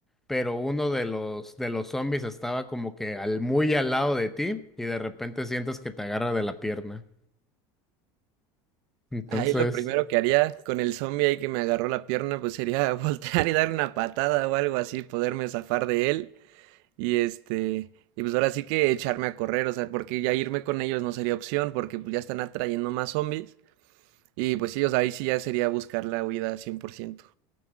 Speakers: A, in the centre; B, on the right.
A: pero uno de los, de los zombies estaba como que al, muy al lado de ti y de repente sientes que te agarra de la pierna. Entonces,
B: Ahí lo primero que haría con el zombie ahí que me agarró la pierna, pues sería <laughs> voltear y darle una patada o algo así, poderme zafar de él Y este, y pues ahora sí que echarme a correr, o sea, porque ya irme con ellos no sería opción, porque pues ya están atrayendo más zombies. Y pues ellos ahí sí ya sería buscar la huida cien por ciento